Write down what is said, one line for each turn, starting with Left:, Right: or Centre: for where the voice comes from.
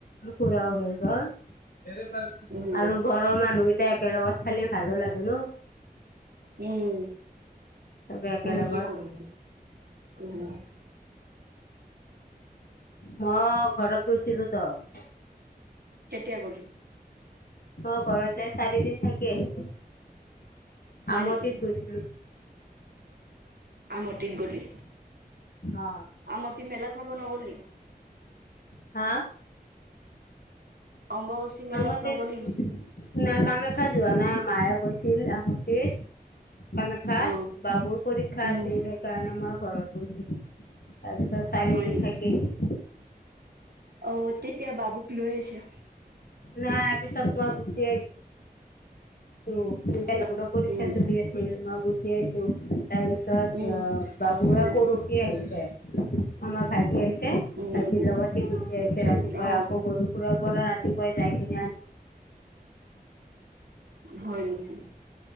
Left: ফুৰাও হৈ গল, আৰু
Right: উম
Left: ঘৰৰ মানুহকেইটা একেলগত খালি ভালো লাগে ন।
Right: উম।
Left: চবে একেলগত
Right: তেনেকে কৰিম উম
Left: মই ঘৰত গৈছিলো ত'।
Right: কেতিয়া গলি?
Left: অ ঘৰত গৈ চাৰি দিন থাকি আহিলো।
Right: হয়
Left: আমতিত
Right: নেকি
Left: গৈছিলো।
Right: আমটিত গলি।
Left: অ
Right: আমটি মেলা চাব নগলি?
Left: হা?
Right: অম্ববাচী মেলাত
Left: আমতিত,
Right: নগলি
Left: না কামাখ্যা যোৱা নাই, মায়ে গৈছিল আমতিত। কামাখ্যাত,
Right: অ
Left: বাবুৰ পৰীক্ষা
Right: উম
Left: আছিল সেইকাৰণে মই ঘৰত গৈছিলো। তাৰপিছত চাৰিদিন
Right: হয় নি,
Left: থাকি আহিলো
Right: অ', তেতিয়া বাবু লৈ আহিছা।
Left: নাই পিছত মই গুচি আহি চো ৰ পৰীক্ষা
Right: উম
Left: চলি আছিল, মই গুচি আহিছো। তাৰপিছত
Right: উম
Left: অ', বাবুয়ে
Right: উম
Left: পৰসি আহিছে। আমাৰ ভাইটি আহিছে,
Right: উম
Left: ভাইটিৰ
Right: উম
Left: লগতে গুচি আহিছে। ৰাতিপুৱা
Right: অ
Left: আকৌ গৰু সুুৰৰ পৰা ৰাতি যাই কিনে
Right: হয় নেকি?